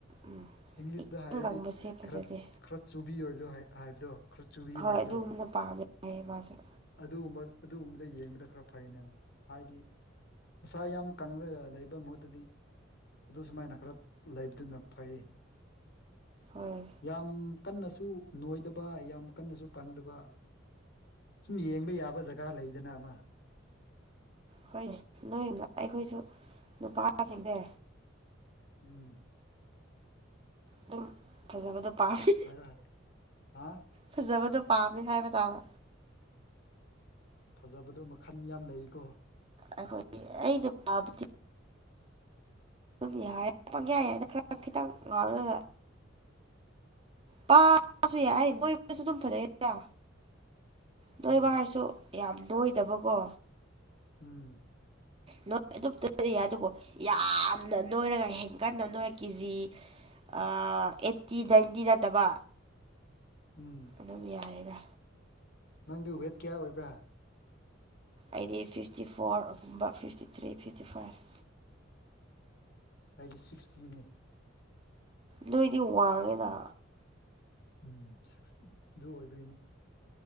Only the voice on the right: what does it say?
ꯎꯝ
ꯏꯀꯪ
ꯀꯪꯕꯁꯦ ꯐꯖꯗꯦ
ꯍꯣꯏ
ꯑꯗꯨꯒꯨꯝꯅ ꯄꯥꯝꯃꯦ ꯍꯥꯏꯌꯦ ꯃꯥꯁꯨꯦ
ꯍꯣꯏ
ꯍꯣꯏꯅꯦ ꯅꯣꯏ ꯑꯩꯈꯣꯏꯁꯨ ꯅꯨꯄꯥꯁꯤꯡꯗ
ꯑꯗꯨꯝ ꯐꯖꯕꯗꯣ ꯄꯥꯝꯃꯤ
ꯐꯖꯕꯗꯣ ꯄꯥꯝꯃꯦ ꯍꯥꯏꯕ ꯇꯥꯕ
ꯑꯩꯈꯣꯏꯒꯤ ꯑꯩꯅ ꯄꯥꯕꯗꯤ ꯑꯗꯨꯝ ꯌꯥꯔꯦ ꯄꯪꯌꯥ ꯌꯥꯏꯗ ꯈꯔ ꯈꯤꯇꯪ ꯉꯥꯡꯉꯒ ꯄꯥꯔꯁꯨ ꯌꯥꯏ ꯑꯩ ꯅꯣꯏꯁꯨ ꯑꯗꯨꯝ ꯐꯖꯩꯌꯦ ꯅꯣꯏꯕꯔꯁꯨ
ꯌꯥꯝ ꯅꯣꯏꯗꯕꯀꯣ
ꯅꯣꯏ ꯑꯗꯨ ꯑꯗꯨꯣ ꯌꯥꯝꯅ ꯅꯣꯏꯔꯒ ꯍꯦꯟꯀꯟꯅ ꯅꯣꯏꯔꯒ ꯀꯦꯖꯤ ꯑꯩꯠꯇꯤ ꯅꯥꯏꯟꯇꯤ ꯅꯠꯇꯕ
ꯑꯗꯨ ꯌꯥꯏꯔꯦꯒ
ꯑꯩꯗꯤ ꯐꯤꯐꯇꯤ ꯐꯣꯔ ꯑꯗꯨꯒꯨꯝꯕ ꯐꯤꯐꯇꯤ ꯊ꯭ꯔꯤ ꯐꯤꯐꯇꯤ ꯐꯥꯏꯚ
ꯅꯣꯏꯗꯤ ꯋꯥꯡꯉꯦꯗ